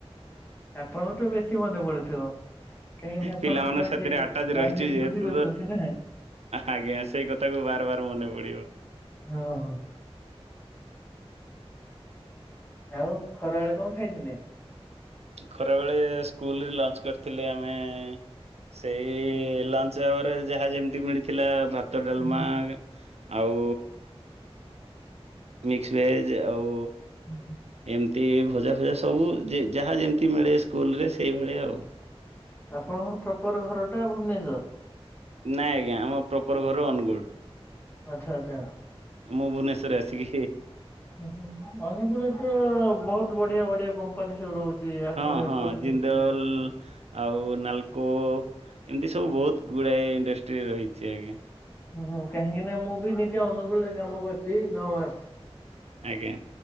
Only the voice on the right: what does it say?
ପିଲାମାନଙ୍କ ସାଥିରେ
ଆଟାଚ
ରହିଛୁ
ଯେହେତୁ
ତ
ଆଜ୍ଞା ସେଇ କଥା କୁ ବାର ବାର ମନେ ପଡିବ।
ଖରା ବେଳେ ସ୍କୁଲରେ ଲଞ୍ଚ କରିଥିଲେ ଆମେ ସେଇ ଲଞ୍ଚ ଭାବରେ ଯାହା ଯେମିତି ମିଳିଥିଲା ଭ ଡାଲମା
ଆଉ <unintelligible> ଭେଜ ଆଉ
ଏମିତି ଭଜା, ଫଜା ସବୁ ଯେ ଯାହା ଯେମିତି ମିଳେ ସ୍କୁଲରେ ସେଇଭଳିଆ ଆଉ।
ନାଇଁ ଆଜ୍ଞା, ଆମ ପ୍ରପର ଘର ଅନୁଗୁଳ।
ମୁଁ ଭୁବନେଶ୍ଵରରେ ଆସିକି
ହଁ
ହଁ
ଜିନ୍ଦଲ
ଆଉ ନାଲକୋ ଏମିତି ସବୁ ବହୁତ ଗୁଡ଼ାଏ ଇଣ୍ଡଷ୍ଟ୍ରି ରହିଛି ଆଜ୍ଞା।
ଆଜ୍ଞା।